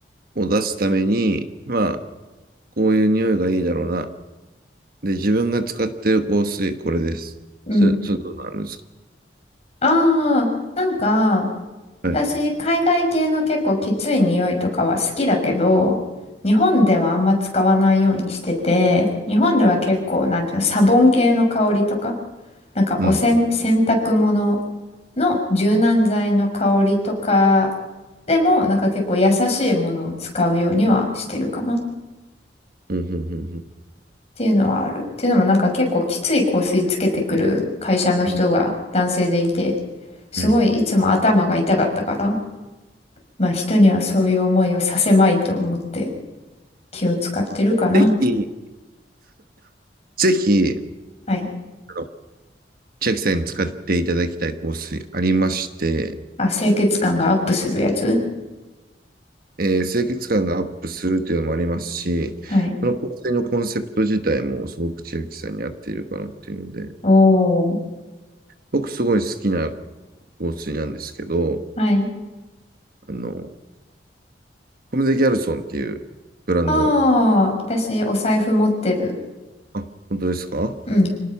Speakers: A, on the right (about 55°); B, on the left (about 35°).
A: を出すために、まあ、こういう匂いがいいだろうな、で、自分が使ってる香水、これです。
B: うん。
A: それ、それどうなるんですか
B: ああ、なんか、
A: はい。
B: 私、海外系の結構きつい匂いとかは好きだけど、日本ではあんま使わないようにしてて、日本では結構、なんていうの、サボン系の香りとか、なんかおせん、
A: うん。
B: 洗濯物の柔軟剤の香りとかでも、なんか結構優しいものを使うようにはしてるかなっ
A: うん、うん、うん、うん。
B: ていうのはある。っていうのもなんか結構きつい香水つけてくる会社の人が男性でいて、
A: うん
B: すごいいつも頭が痛かったから、
A: うん
B: まあ人にはそういう思いをさせまいと思って気を使ってるかな。
A: ぜひ、ぜひ、
B: はい。
A: あの、千秋さんに使っていただきたい香水ありまして、
B: あ、清潔感がアップするやつ
A: えー清潔感がアップするというのもありますし、
B: はい。
A: その香水のコンセプト自体もすごく千秋さんに合っているかなっていうので、
B: おー。
A: 僕すごい好きな香水なんですけど、
B: はい。
A: あの、コムデギャルソンっていうブランド、
B: ああ、私お財布持ってる。
A: あ、本当ですか
B: うん。